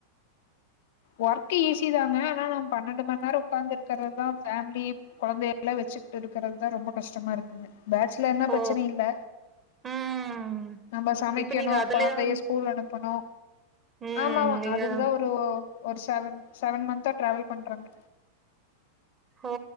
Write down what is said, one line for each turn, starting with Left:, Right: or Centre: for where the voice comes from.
Left: ஒர்க் ஈஸி தாங்க ஆனா நம் பன்னெண்டு மண் நேரோ உக்காந்து இருக்கற்ரதா ஃபேம்லி கொழந்தைய எல்லா வெச்சுக்கிட்டு இருக்கறத்தா ரொம்ப கஷ்டமா இருக்குங்க பேச்லர்னா
Right: ஓ
Left: பிரச்சனை இல்ல
Right: ம்
Left: நம்ப சமைக்கணு
Right: இப்ப நீங்க அதுலயா
Left: குழந்தைய ஸ்கூல் அனுப்பணு
Right: ம்
Left: ஆமாமா
Right: நீங்க
Left: அதுகுதா ஒரு ஒரு செவன் செவன் மந்த்தா டிரவல் பண்றாங்க
Right: ஓ